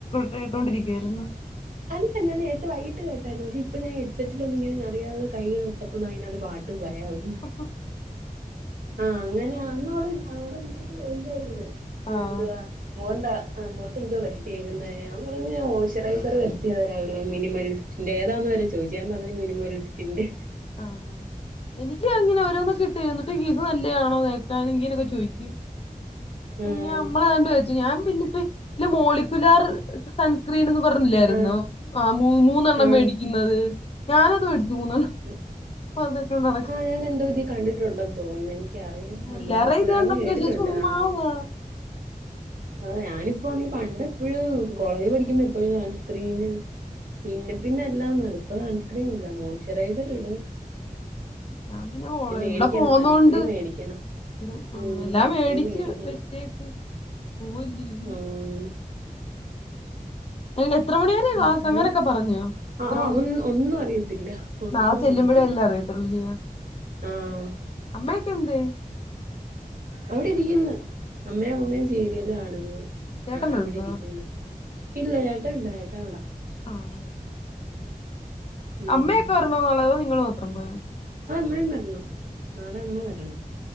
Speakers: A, on the left (about 40°); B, on the right (about 65°).
A: കട്ടോണ്ടിരിക്കയായിരുന്നു
B: ഇല്ല ഞാ നേരത്തെ വൈകട്ട് കേട്ടായിരുന്നു പക്ഷ ഇപ്പ ഞാൻ ഹെ്സെറ്റിൽ ഒന്ന ഇങ്ങന അറിയാതെ കയി തട്ടപ്പോൊന്ന് അതിനക പാ്ട്ട് പ്ലേയാവുന്നു
A: ആഹ്
B: ആഹ് അങ്ങനെയ അന്ന് അടെട്ട് വിചാരിച്ച
A: ആഹ്
B: എന്തുവാ മുന്തത്ത്ന്തോ വരട്ടിയക്കുന്ന ഞാൻ പറഞ്ഞഞ് മോയ്സ്ചറൈസർ വരട്ടിയ വരാവില്ലേ മിനിമൽസ് ന്റെ ഏതാണ വരെ ചോദിച്ച് ഞാൻ പറഞ്ഞഞ് മിനിമുലിന്റെ
A: ആഹ് എനിക്ക് അങ്ങനെ ഓരോന്നും കിട്ടി എന്നിട്ട് ഇത് നല്ലാണോ നേക്കാൻ ഇങ്ങനെയൊക്കെ ചോയ്ക്കും
B: ആഹ്
A: നമ്മളതണ്ട് ചോച്ച ഞാൻ പിന്നിട്ട ഇ മോളിക്കുലാർ സൺസ്ക്രീൻ എന്ന് പർ ല്ലായിരുന്നോ
B: ആഹ്
A: ആഹ് മൂന്നെണ്ണം
B: ആഹ്
A: മേടിക്കുന്നത് ഞാനത് മേടിച്ചു മൂന്നെണ്ണം
B: വ
A: <unintelligible> നടക്ക്
B: ഞാൻ എന്താ വിതി കണ്ടിട്ടുണ്ടെന്ന് തോന്നുന്നു എനിക്ക അറിയല്ല ആഹ്
A: എല്ലാരെ
B: മോളക്കുലാർ
A: ഇത് കണ്ടോണ്ട്
B: കേട്ടിട്ടുണ്ട്
A: പക്ഷെ ചുമ്മാ
B: ആഹ്
A: <inaudible>
B: ആഹ് ഞാനിപ്പോ പറ പണ്ട എപ്പോഴും കോളേജ് പഠിക്കുമ്പോ എപ്പോഴും നൺ സ്ക്രീന് പിന്നെ പിന്നെ അല്ലാംന്ന്ടുപ്പ ഹൺസ്ക്രീൻ ഇല്ല മോയ്സ്ചറൈസർ ഇടും
A: ഞാൻ പിന്നെ ഓളെ
B: ഇനി മേടിക്കണം
A: ബടെ പോന്നോണ്ട്
B: സൺസ്ക്രീൻ മേടിക്കണം
A: ഇതും ആ
B: ഉം
A: എല്ലാം
B: സൺസ്ക്രീൻ
A: മേടിച്ച്
B: മേടിക്കണം
A: വറ്റേക്ക് പോവല്ല
B: ഉം
A: അയ്ൻ എത്ര മണി വരെ
B: പിന്നെ
A: ക്ലാസ് അങ്ങനൊക്കെ പറഞ്ഞോ എത്ര
B: ആഹ്
A: മണി
B: അതൊന്നും ഒന്നും അറിയത്തില്ല ഒന്നും
A: നാളെ ചെല്ലുമ്പോഴേ
B: അറിയത്തില്ല
A: അല്ലാം അറിയത്തുള്ളൂ ചെയ്യ
B: ആഹ്
A: അമ്മയൊക്കെ എന്തെ
B: ഇവിടെ ഇരിക്കുന്നു അമ്മയും അമ്മയും ചീരിയല് കാണുന്നു
A: ചേട്ടനുണ്ടോ
B: ഞാൻ ഇവിടെ ഇരിക്കുന്നു ഇല്ല ചേട്ട ഇണ്ട് ചേട്ടാ അവടാ
A: ആഹ്
B: ഉം
A: അമ്മയൊക്കെ വരണമ എന്നുള്ളത നിങ്ങൾ മാത്രം പോയാ
B: <unintelligible> നാളെ അമ്മ വരും